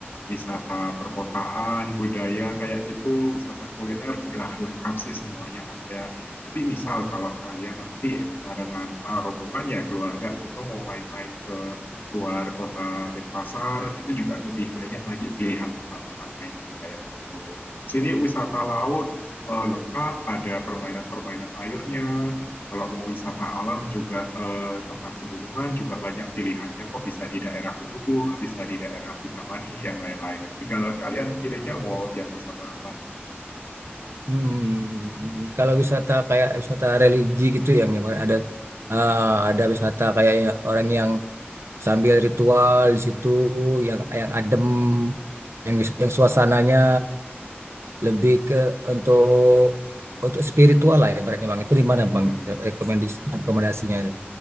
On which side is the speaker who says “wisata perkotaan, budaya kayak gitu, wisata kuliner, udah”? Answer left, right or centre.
Left